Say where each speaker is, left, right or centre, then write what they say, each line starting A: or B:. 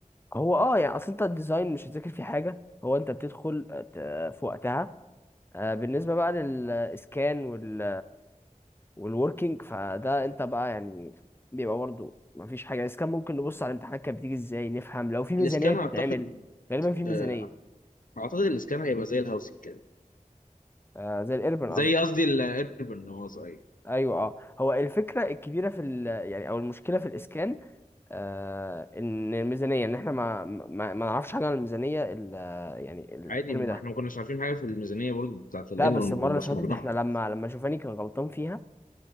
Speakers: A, on the left; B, on the left.
A: هو اه يعني اصل انت الديزاين مش هتذاكر فيه حاجة هو انت بتدخل آه، ت- في وقتها آه، بالنسبة بقى للإسكان وال والوركينج فده أنت بقى يعني بيبقى برضه مفيش حاجة الإسكان ممكن نبص على الامتحانات كانت بتيجي إزاي نفهم لو في ميزانية
B: الاسكان
A: بتتعمل
B: اعتقد
A: غالبا في ميزانية
B: آه، اعتقد الاسكان هيبقى زي الهاوسنج كده
A: آه، زي الإيربن
B: زي
A: قصدي
B: قصدي الايربن هو صغير
A: أيوه أه هو الفكرة الكبيرة في ال يعني أو المشكلة في الإسكان آه، إن الميزانية إن إحنا ما ما, ما نعرفش حاجة عن الميزانية ال- يعني الترم
B: عادي ما
A: ده
B: احنا ما كناش عارفين حاجه في الميزانيه برضه بتاعت الايربن
A: لا بس المرة
B: وبصمجناها
A: اللي فاتت إحنا لما لما شوفاني كان غلطان فيها